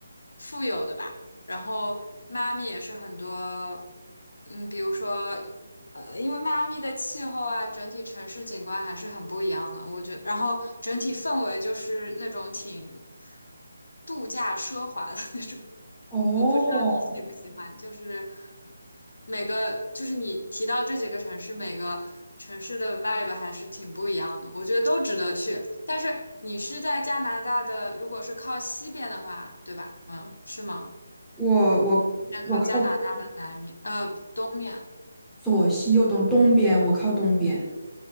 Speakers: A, on the left; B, in the centre.
A: 富有的吧。然后迈阿密也是很多，嗯，比如说。呃，因为迈阿密的气候啊，整体城市景观还是很不一样的，我觉然后整体氛围就是那种挺度假奢华的 <laughs> 那种。
B: 哦，
A: 我不知道你喜不喜欢，就是每个就是你提到这几个城市，每个城市的 vibe 还是挺不一样的，我觉得都值得去。但是你是在加拿大的，如果是靠西边的话，对吧？嗯，是吗？
B: 我我我靠
A: 那靠加拿大的南面，呃，东面。
B: 左西右东，东边我靠东边，